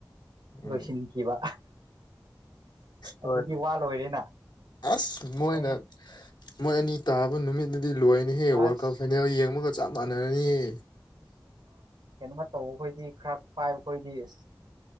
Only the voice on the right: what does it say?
ꯂꯣꯏꯁꯤꯟꯈꯤꯕ
ꯑꯗꯨꯗꯤ ꯋꯥ ꯂꯣꯏꯔꯦꯅ
ꯃꯣꯏ
ꯑꯁ
ꯀꯩꯅꯣꯃ ꯇꯧꯕ ꯑꯩꯈꯣꯏꯗꯤ ꯈꯔ ꯄꯥꯏꯕꯈꯣꯏꯗꯤ ꯑꯁ